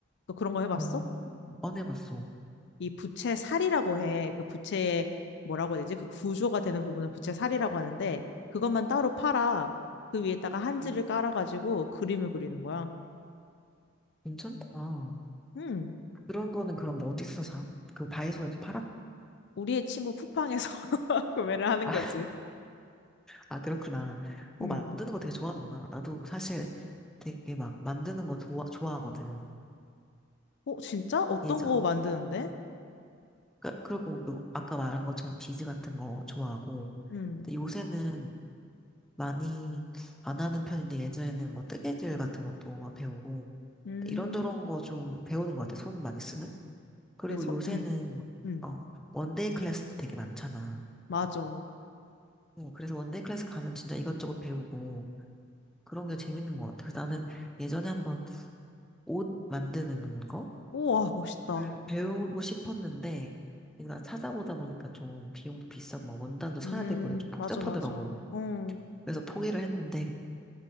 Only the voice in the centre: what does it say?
음. 안 해봤어.
음,
괜찮다.
그런 거는 그럼 뭐 어디서 사? 그 다이소에도 팔아?
아,
<laughs> 아 그렇구나. 어,
만드는 거 되게 좋아하는구나. 나도 사실 되게 막 만드는 거 좋아, 좋아하거든.
예전,
음. 그, 그리고 뭐 아까 말한 것처럼 비즈 같은 거 좋아하고.
근데 요새는 많이 안 하는 편인데 예전에는 뭐 뜨개질 같은 것도 막 배우고
이런저런 거 좀 배우는 것 같아. 손 많이 쓰는? 그리고
요새는
어, 원데이 클래스도 되게 많잖아.
어, 그래서 원데이 클래스 가면 진짜 이것저것 배우고 그런 게 재밌는 것 같아. 그래서 나는 예전에 한번 옷 만드는 거
음. 배우고 싶었는데 내가 찾아보다 보니까 좀 비용도 비싸고 막 원단도 사야
되고 좀 복잡하더라고.
그래서 포기를 했는데